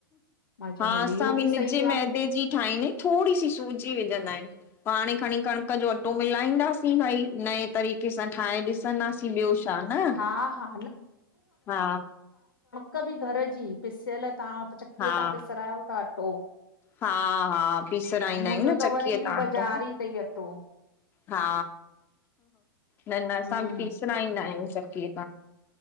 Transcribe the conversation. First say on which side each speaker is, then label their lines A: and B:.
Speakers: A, on the left; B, on the left.
A: मां चयो
B: हा
A: हल
B: असां
A: इहो
B: बि निजे
A: सही आहे
B: मैदे जी ठाहींदा आहियूं थोरी सी सूजी विझंदा आहियु। पाण ही खणी कणिक जो अटो मिलाईंदासीं भाई नए तरीक़े सां ठाहे ॾिस ॾिसन्दासी ॿियो छा न,
A: हा हा
B: हा।
A: कभी घर जी पिसियल तव्हां चकीअ
B: हा
A: तां पिसरायो था अटो।
B: हा हा पीसराईंदा
A: मुंहिंजो
B: आहियूं न
A: त
B: चकीअ
A: वरी बि
B: तां
A: बाज़ारी
B: अटो।
A: अथई अटो
B: हा न न असां
A: हम्म
B: बि पीसराईंदा आहियूं चक्की